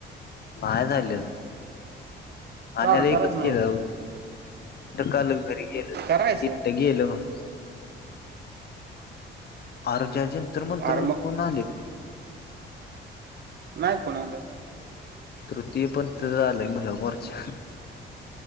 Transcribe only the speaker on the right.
का
करायचं नाही
करायचं
अरे मग
नाही कोण आलं.